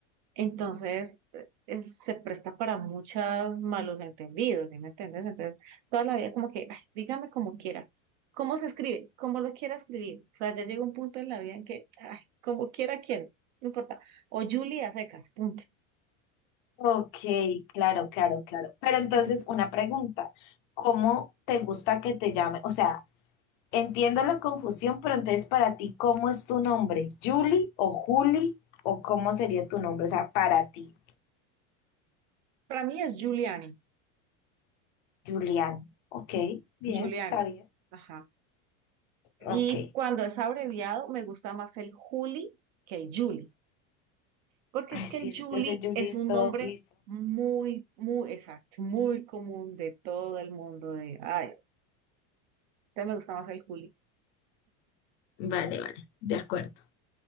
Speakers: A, on the right (about 35°); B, on the left (about 40°).
A: Entonces, eh, es- se presta para muchos malos entendidos, ¿sí me entiendes? Entonces, toda la vida como que, "Ay, dígame como quiera, cómo se escribe, cómo lo quiera escribir. O sea, ya llega un punto en la vida en que, ay, como quiera, quiero, no importa. O Julia secas, punto.
B: Ok, claro, claro, claro. Pero entonces,
A: Entonces,
B: una pregunta, ¿cómo te gusta que te llame? O sea, entiendo la confusión, pero entonces para ti, ¿cómo es tu nombre? ¿Julie o Juli? ¿O cómo sería tu nombre? O sea, para ti,
A: para mí es Giuliani,
B: Julián. Ok, bien,
A: Giuliani,
B: está bien.
A: ajá. Y
B: Ok.
A: cuando es abreviado, me gusta más el Juli que el Juli. Porque
B: Ay,
A: es que
B: sí,
A: el
B: este
A: Julie
B: es Julie
A: es
B: es
A: un
B: todo
A: nombre
B: guiso.
A: muy, muy exacto, muy común de todo el mundo. De, ay, te me gusta más el Juli.
B: Vale, vale, de acuerdo.